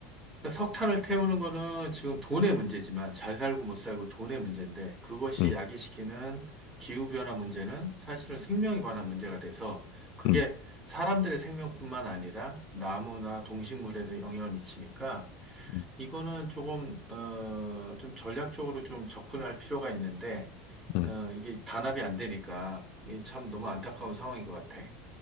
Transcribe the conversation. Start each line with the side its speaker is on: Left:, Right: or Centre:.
Right: 그러니까 석탄을 태우는 거는 지금 돈의 문제지만 잘 살고 못 살고 돈의 문제인데 그것이
Left: 음,
Right: 야기시키는 기후변화 문제는 사실은 생명에 관한 문제가 돼서 그게
Left: 음,
Right: 사람들의 생명뿐만 아니라 나무나 동식물에도 영향을 미치니까
Left: 음,
Right: 이거는 조금, 어, 좀 전략적으로 좀 접근할 필요가 있는데
Left: 음.
Right: 어, 이게 단합이 안 되니까 이게 참 너무 안타까운 상황인 것 같아.